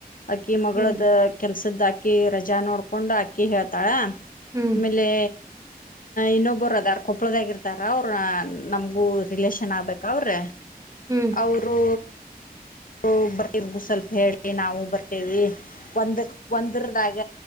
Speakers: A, on the left; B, on the right.
A: ಅಕ್ಕಿ ಮಗಳದ
B: ಹ್ಮ್
A: ಕೆಲ್ಸದ ಅಕ್ಕಿ ರಜಾ ನೋಡ್ಕೊಂಡು ಅಕ್ಕಿ ಹೇಳ್ತಾಳ್ ಆಮೇಲೆ
B: ಹ್ಮ್
A: ಇನ್ನೊಬ್ಬರ್ ಅದಾರ್ ಕೊಪ್ಪಳದಾಗಿರ್ತಾರ ಅವರ್ ನಮಗೂ ರಿಲೇಷನ್ ಆಬೇಕ್ ಅವ್ರ್
B: ಹ್ಮ್
A: ಅವರು ನಾವು ಬರ್ತಿವಿ ನಮಗು ಸ್ವಲ್ಪ ಹೇಳಿ ನಾವು ಬರ್ತೇವಿ ಒಂದ್ ಒಂದರದಾಗ